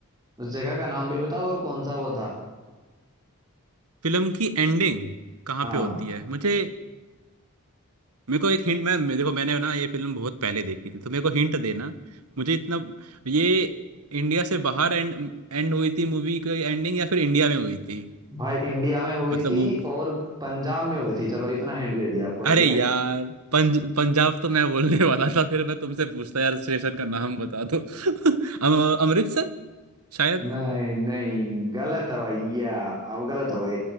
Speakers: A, on the right; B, on the right.
A: उस जगह का नाम भी बताओ और कौन सा वो था
B: फिल्म की एंडिंग कहाँ
A: हाँ
B: पे होती है मुझे मेरे को एक हिंट मैं मैं- देखो मैंने ना ये फिल्म बहुत पहले देखी थी तो मेरे को हिंट देना मुझे इतना ये इंडिया से बाहर एंड एंड हुई थी मूवी की एंडिंग या फिर इंडिया में हुई थी
A: भाई इंडिया में हुई
B: मतलब
A: थी
B: मूव
A: और पंजाब में हुई थी चलो इतना हिंट दे दिया आपको
B: अरे
A: ठीक है
B: यार पंज, पंजाब तो मैं बोलने वाला था फिर मैं तुमसे पूछता यार स्टेशन का नाम बता दो <laughs> अम- अमृतसर शायद
A: नहीं नहीं गलत है भैया अब गलत हो गई